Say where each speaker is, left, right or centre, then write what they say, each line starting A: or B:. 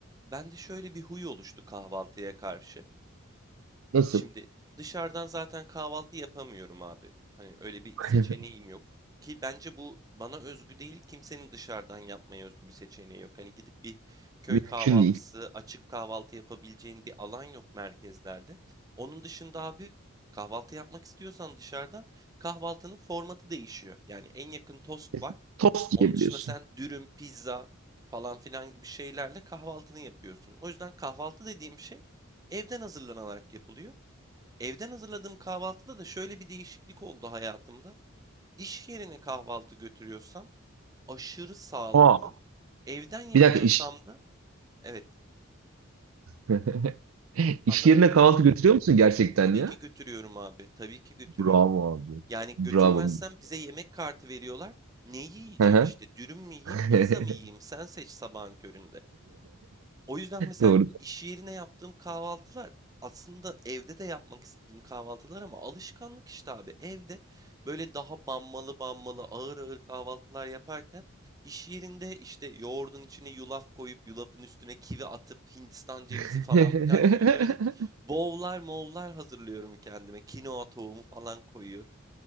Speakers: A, on the right; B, on the right.
A: Bende şöyle bir huy oluştu kahvaltıya karşı.
B: Nasıl?
A: Şimdi dışarıdan zaten kahvaltı yapamıyorum abi. Hani öyle bir
B: <laughs>
A: seçeneğim yok. Ki bence bu bana özgü değil, kimsenin dışarıdan yapmaya özgü bir seçeneği yok. Hani gidip bir köy
B: Mümkün
A: kahvaltısı,
B: değil.
A: açık kahvaltı yapabileceğin bir alan yok merkezlerde. Onun dışında abi kahvaltı yapmak istiyorsan dışarıdan kahvaltının formatı değişiyor. Yani en yakın tost
B: <laughs>
A: var.
B: Tost
A: Onun
B: diyebiliyorsun.
A: dışında sen dürüm, pizza falan filan gibi şeylerle kahvaltını yapıyorsun. O yüzden kahvaltı dediğim şey evden hazırlanarak yapılıyor. Evden hazırladığım kahvaltıda da şöyle bir değişiklik oldu hayatımda. İş yerine kahvaltı götürüyorsam aşırı sağlıklı.
B: Aa,
A: Evden yapıyorsam
B: Bir dakika iş...
A: da evet
B: <laughs> İş
A: anlamadım
B: yerine kahvaltı
A: dedim.
B: götürüyor musun gerçekten
A: Tabii
B: ya?
A: ki götürüyorum abi. Tabii ki götürüyorum.
B: bravo abi.
A: Yani
B: Bravo.
A: götürmezsem bize yemek kartı veriyorlar. Ne yiyeceğim
B: Hı hı.
A: işte? Dürüm mü yiyeyim,
B: <laughs>
A: pizza mı yiyeyim? Sen seç sabahın köründe. O yüzden mesela
B: Doğru.
A: iş yerine yaptığım kahvaltılar aslında evde de yapmak istediğim kahvaltılar ama alışkanlık işte abi. Evde böyle daha banmalı banmalı ağır ağır kahvaltılar yaparken iş yerinde işte yoğurdun içine yulaf koyup yulafın üstüne kivi atıp Hindistan cevizi
B: <laughs>
A: falan filan gibi böyle bowl'lar mowlar hazırlıyorum kendime. Kinoa tohumu falan koyuyorum.